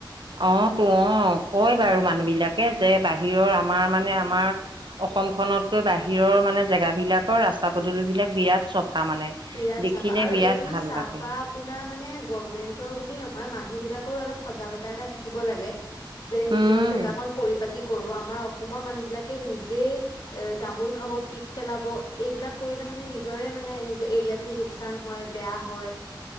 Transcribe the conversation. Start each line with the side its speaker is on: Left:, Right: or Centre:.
Right: অ তো অ কয় বাৰু মানুহ বিলাকে যে বাহিৰৰ আমাৰ মানে আমাৰ অসমখনতকৈ বাহিৰৰ মানে জেগাবিলাকৰ ৰাস্তা পদূলিবিলাক বিৰাট চফা মানে
Left: বিৰাট
Right: দেখিলে
Left: চাফা আৰু
Right: বিৰাট
Left: এইটো
Right: ভাল
Left: চাফা
Right: লাগে।
Left: আপোনাৰ মানে গভমেন্টৰ বুলি নহয় মানুহ বিলাকৰো অলপ সজাগতা এটা থাকিব লাগে। যে নিজৰ
Right: উম,
Left: জেগা কন পৰিপাতি কৰো আমাৰ অসমৰ মানুহ বিলাকে নিজে এ তামোল খাব পিক পেলাব এইবিলাক কৰিলে মানে নিজৰে মানে এৰিয়াটো লোকচান হয় বেয়া হয়